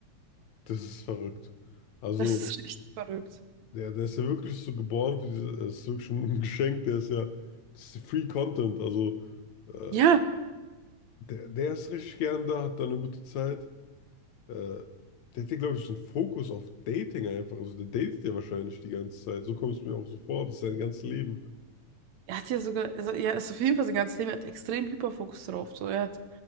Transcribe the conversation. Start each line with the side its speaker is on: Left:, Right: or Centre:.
Left: das ist verrückt. Also,
Right: Das ist richtig verrückt.
Left: der, der ist ja wirklich so geboren für diese, das ist wirklich ein <laughs> Geschenk, der ist ja, das ist Free Content, also äh,
Right: Ja,
Left: der, der ist richtig gern da, hat da eine gute Zeit. Äh, der hat ja, glaube ich, so einen Fokus auf Dating einfach, also der datet ja wahrscheinlich die ganze Zeit, so kommt es mir auch so vor, das ist sein ganzes Leben.
Right: Er hat ja sogar, also er ist auf jeden Fall sein ganzes Leben, er hat extrem Hyperfokus drauf. So, er hat,